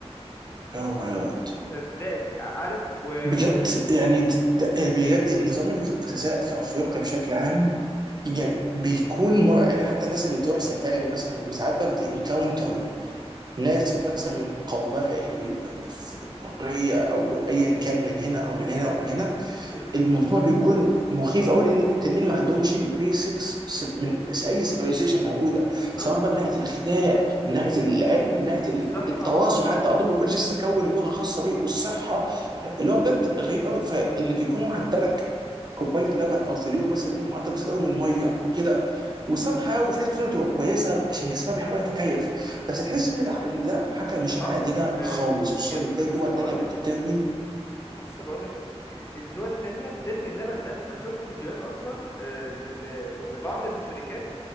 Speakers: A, on the right; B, on the left.
A: يا ماي جاد
B: صدقني ع- عارف و,
A: بجد
B: و...
A: يعني د- د- إيه، بجد نظام الغذاء في افريقيا بشكل عام يعني بيكون مرعب يعني حتى الناس اللي تروح سفاري مثلا وساعات بقى بتنكاونتر ناس مثلا من قبائل أفريقية أو أيا كان من هنا أو من هنا أو من هنا
B: مهم.
A: الموضوع بيكون مخيف قوي لان التانيين ما عندهمش البيسكس من اي سيفيلايزيشن موجوده
B: بالظبط
A: سواء بقى من ناحيه الغذاء من ناحيه العلم من ناحيه ال-
B: والصحه
A: التواصل حتى عندهم كل شيء لسه كون لغه خاصه بيه والصحه
B: مهم.
A: اللي هو بجد غريب قوي فانك يكون معدلك كوبايه لبن او في اليوم مثلا ليك معدل بسيط قوي من ميه او كده وسامحه وفي ناس بتقول تبقى كويسه عشان جسمها بيحاول يتكيف بس تحس ان الع- ان ده حاجه مش
B: اها
A: عادله
B: آه،
A: خالص خصوصا
B: يسطا
A: ان بتلاقي
B: لسه
A: دول
B: بقول
A: تانيه بترمي
B: لك مم، لسه بقول لك الدول التانية بترمي اللبن ده انا شفت فيديوهات اصلا آه، ل- لبعض الشركات